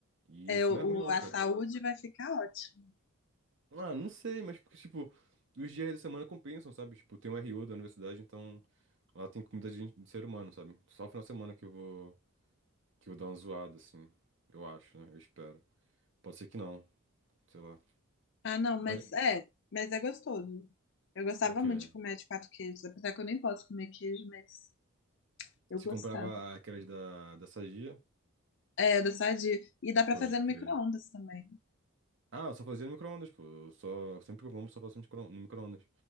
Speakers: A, on the right; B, on the left.
A: E
B: É,
A: isso
B: o,
A: não é ruim, não,
B: o- a
A: cara.
B: saúde vai ficar ótima.
A: Ah, não sei, mas porque, tipo, os dias da semana compensam, sabe? Tipo, tem um RO da universidade, então. Lá tem comida de, gente- de ser humano, sabe? Só final de semana que eu vou, que eu vou dar uma zoada, assim. Eu acho, né? Eu espero. Pode ser que não, sei lá.
B: Ah, não, mas
A: Mas,
B: é, mas é gostoso. Eu gostava
A: o quê?
B: muito de comer de quatro queijos, apesar que eu nem posso comer queijo, mas eu
A: Se
B: gostava.
A: comprava aquelas da, da Sadia,
B: É, da sadia. E dá pra
A: pode
B: fazer
A: crer.
B: no micro-ondas também.
A: Ah, eu só fazia no micro-ondas, pô. Eu só, sempre que eu como, só faço no micro- no micro-ondas.